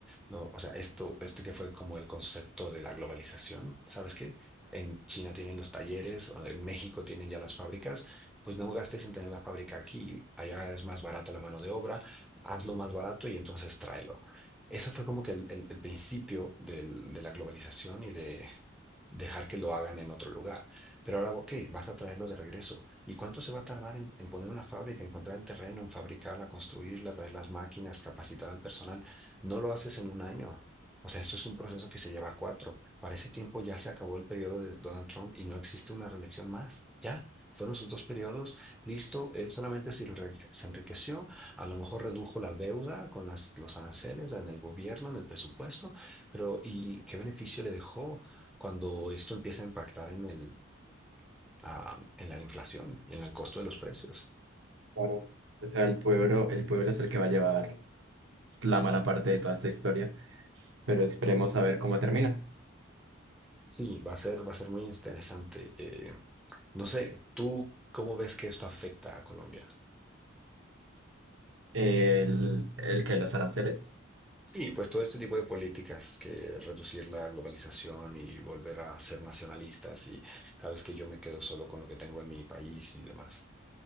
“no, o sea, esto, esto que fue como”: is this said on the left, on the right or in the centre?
Centre